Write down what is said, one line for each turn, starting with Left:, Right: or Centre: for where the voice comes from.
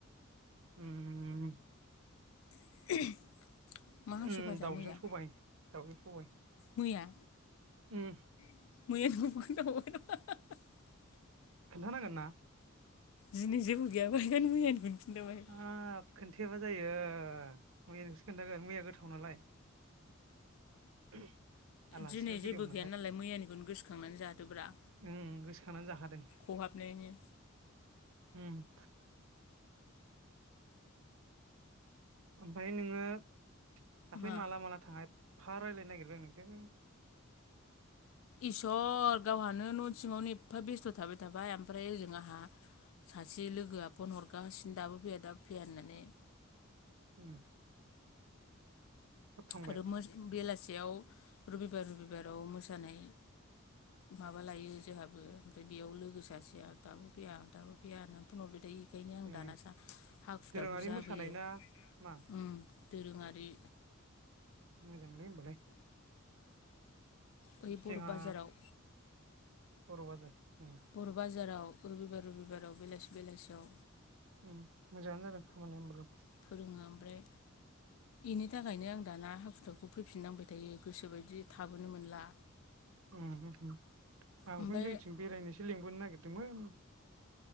Right: उम
Left: <inaudible> हांसो
Right: उम
Left: भाजा
Right: दाउजों
Left: मैया
Right: सबाय दाउजों सबाय
Left: मैया
Right: उम
Left: <unintelligible> <unintelligible>
Right: खिन्था नांगोनना
Left: दिनै जेबो गैयाबा बेखायनो मैयानिखौनो खिन्थाबाय
Right: आ आफखोन थेबा जायो मैया नोंसो खोन्थागोन मैया गोथाव नालाय <inaudible> आलासिबो
Left: दिनै जेबो
Right: फैदोंमोन
Left: गैया नालाय मैयानिखौनो गोसोखांनानै जादोब्रा
Right: उम गोसोखांनानै जाखादों
Left: खहाबनायनि।
Right: हम ओमफाय नोङो दाखलै
Left: मा
Right: माला माला थांङा एफ फा रायलायनो नागिरबाय आं नोंजों।
Left: इस'र गावहानो न' सिङावनो एफा बेस्थ' थाबाय थाबाय ओमफ्राय ओजों आंहा सासे लोगोआ फन हरगासिनो दाबो फैया दाबो फैया होननानै।
Right: उम थाब थांबाय
Left: आरो मोस बेलासि बेयाव रबिबार रबिबाराव मोसानाय माबा लायो जोंहाबो ओमफ्राय बेयाव लोगो सासेया दाबो फैया दाबो फैया होननानै फनहरबाय थायो। बेखायनो आं
Right: ए
Left: दाना जा हाखु
Right: दोरोङारि
Left: दाखु जाबोयो
Right: मोसानाय ना मा
Left: उम। दोरोङारि।
Right: मोजांलै होमबालाय।
Left: ओइ बर'
Right: जोंहा
Left: बाजाराव
Right: बर' बाजार ए
Left: बर' बाजाराव रबिबार रबिबाराव बेलासि बेलासियाव
Right: उम मोजाङानो जादों खामानिया ओमबालाय।
Left: फोरोङो ओमफ्राय इनि थाखायनो आं दाना हाखु दाखु फैफिननांबाय थायो। गोसो बायदि थाबोनो मोनला।
Right: उम हो आं
Left: ओमफ्राय
Right: बेखौनो जोंथिं बेरायनोसो लेंबोनो नागिर दोंमोन।